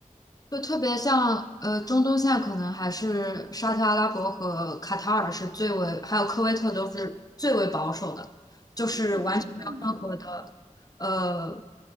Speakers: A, on the left; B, on the right.
A: 就特别像呃，中东现在可能还是沙特阿拉伯和卡塔尔是最为，还有科威特都是最为保守的，就是完全没有任何的呃，
B: 那对游嗯客呢？